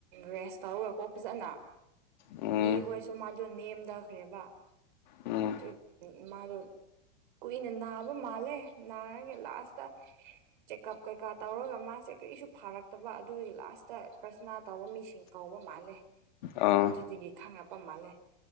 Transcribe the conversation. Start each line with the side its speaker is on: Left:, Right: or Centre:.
Right: ꯔꯦꯁ ꯇꯧꯔꯒꯀꯣ ꯐꯖꯅ
Left: ꯎꯝ
Right: ꯏꯈꯣꯏꯁꯨ ꯃꯥꯗꯣ ꯅꯦꯝꯊꯈ꯭ꯔꯦꯕ
Left: ꯎꯝ
Right: ꯑꯗꯨ ꯃꯥꯗꯣ ꯀꯨꯏꯅ ꯅꯥꯕ ꯃꯥꯜꯂꯦ ꯅꯥꯔꯒꯦ ꯂꯥꯁꯇ ꯆꯦꯛꯀꯞ ꯀꯩꯀꯥ ꯇꯧꯔꯒ ꯃꯥꯁꯦ ꯀꯔꯤꯁꯨ ꯐꯥꯔꯛꯇꯕ ꯑꯗꯨꯒꯤ ꯂꯥꯁ ꯄ꯭ꯔꯁꯅꯥ ꯇꯧꯕ ꯃꯤꯁꯤꯡ ꯀꯧꯕ ꯃꯥꯜꯂꯦ
Left: ꯑꯥ
Right: ꯑꯗꯨꯗꯒꯤ ꯈꯪꯉꯛꯄ ꯃꯥꯜꯂꯦ